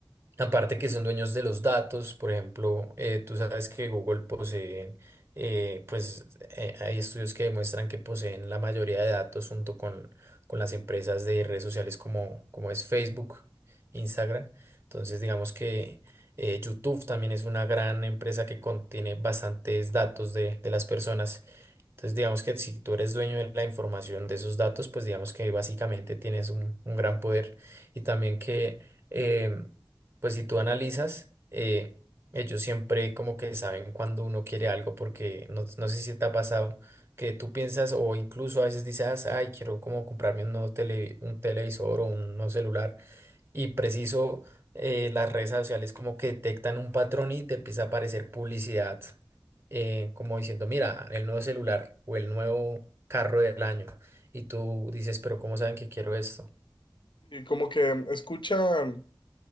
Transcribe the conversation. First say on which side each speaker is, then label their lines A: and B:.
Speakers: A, on the right (about 30°); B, on the left (about 65°).
A: Aparte que son dueños de los datos, por ejemplo, eh, tú sabes que Google posee, eh, pues eh, hay estudios que demuestran que poseen la mayoría de datos junto con, con las empresas de redes sociales como, como es Facebook, Instagram. Entonces, digamos que eh, YouTube también es una gran empresa que contiene bastantes datos de, de las personas. Entonces, digamos que si tú eres dueño de la información de esos datos, pues digamos que básicamente tienes un, un gran poder. Y también que, em, pues si tú analizas, eh, ellos siempre como que saben cuando uno quiere algo, porque no, no sé si te ha pasado que tú piensas o incluso a veces dices, ay, quiero como comprarme un nuevo tele, un televisor o un nuevo celular y preciso eh, las redes sociales como que detectan un patrón y te empieza a aparecer publicidad eh, como diciendo, mira, el nuevo celular o el nuevo carro del año. Y tú dices, pero ¿cómo saben que quiero esto?
B: y como que em, escuchan,